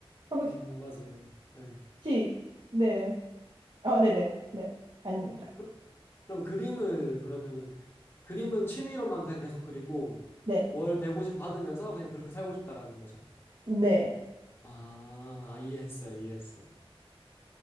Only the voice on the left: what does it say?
음,
맞아요. 네.
그, 그럼 그림을 그러면은 그림은 취미로만 그냥 계속 그리고
월 150 받으면서 그냥 그렇게 살고 싶다라는 거죠.
아, 아, 이해했어요. 이해했어요.